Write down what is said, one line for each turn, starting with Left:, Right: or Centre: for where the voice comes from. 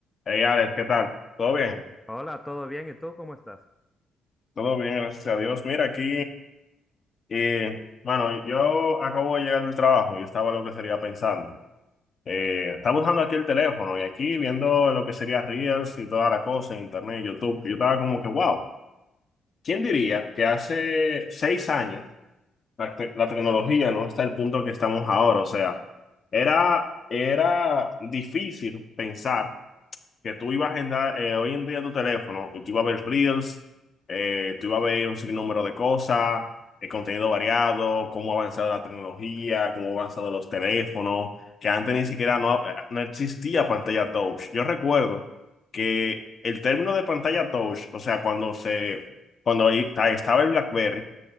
Left: Hey Alex, ¿qué tal? ¿Todo bien?
Centre: Hola, ¿todo bien? ¿Y tú cómo estás?
Left: Todo bien, gracias a Dios. Mira, aquí, eh, bueno, yo acabo de llegar del trabajo y estaba lo que sería pensando. Eh, estaba usando aquí el teléfono y aquí viendo lo que sería Reels y toda la cosa en Internet, YouTube. Yo estaba como que, wow, ¿quién diría que hace seis años la, te- la tecnología no está al punto que estamos ahora? O sea, era, era difícil pensar que tú ibas a agendar eh, hoy en día tu teléfono y tú ibas a ver Reels, eh, tú ibas a ver un sinnúmero de cosas, el contenido variado, cómo ha avanzado la tecnología, cómo han avanzado los teléfonos, que antes ni siquiera no, eh, no existía pantalla touch. Yo recuerdo que el término de pantalla touch, o sea, cuando se, cuando ahí ta- estaba el BlackBerry,